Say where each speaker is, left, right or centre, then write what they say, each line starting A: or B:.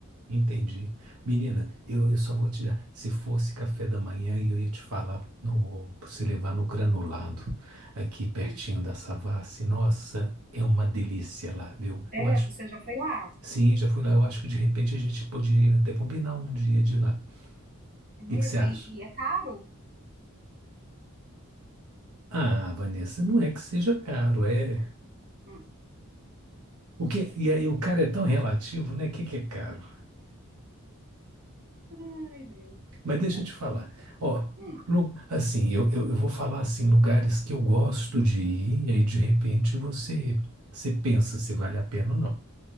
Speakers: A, on the right (about 80°); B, on the right (about 40°).
A: Entendi. Menina, eu, eu só vou te dar. Se fosse café da manhã, eu ia te falar no, pra você levar no granulado, aqui pertinho
B: Hum.
A: da Savassi. Nossa, é uma delícia lá, viu?
B: É,
A: Eu acho.
B: você já foi lá?
A: Sim, já fui lá. Eu acho que de repente a gente poderia até combinar um dia de ir lá. O
B: É mesmo?
A: que que você acha?
B: E, e é caro?
A: Ah, Vanessa, não é que seja caro, é.
B: Hum,
A: O que... E aí, o cara é tão relativo, né? O que que é caro?
B: Ai, Deus.
A: Mas deixa
B: Vai.
A: eu te falar. Ó,
B: hum,
A: lu- assim, eu, eu, eu vou falar assim, lugares que eu gosto de ir, e aí de repente você, você pensa se vale a pena ou não.